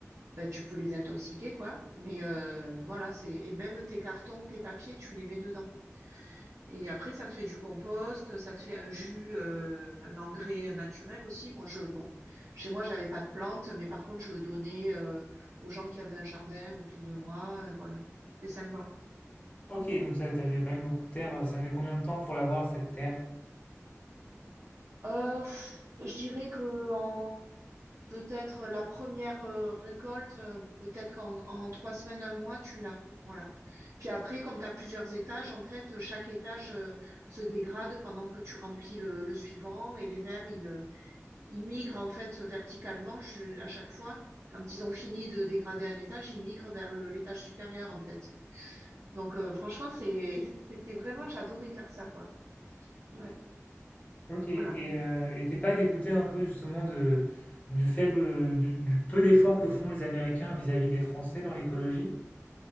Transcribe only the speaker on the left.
Ok, donc ça, t'avais quand même beaucoup de terre. euh, Ça met combien de temps pour l'avoir, cette terre?
Ok, et
euh, et t'es pas dégoûté un peu justement de, du faible, du, du peu d'efforts que font les Américains vis-à-vis des Français dans l'écologie?